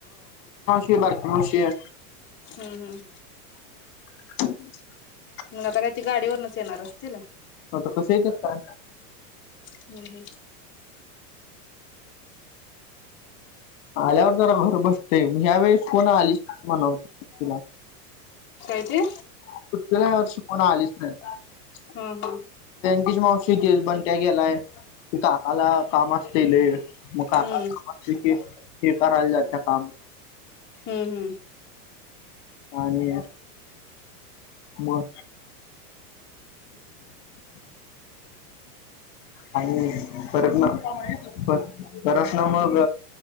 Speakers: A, on the left; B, on the left.
A: ही बारकी मावशीये.
B: हम्म हम्म.
A: <inaudible>
B: म आता काय ते गाडीवरनच येणार असतील?
A: हा त कस येत काय?
B: हम्म हम्म.
A: आल्यावर जरा घर बसते. ह्या वेळेस कोणा आली म्हणत. <inaudible>
B: काय ते
A: <unintelligible> या वर्ष कोण आलीच नाय.
B: हां हां
A: <unintelligible> बंट्या गेलाय काकाला काम असतील. मग काका
B: हम्म
A: काम असतील ते करायला जात त काम
B: हम्म हम्म.
A: आणि मग आणि परत ना पर परत ना मग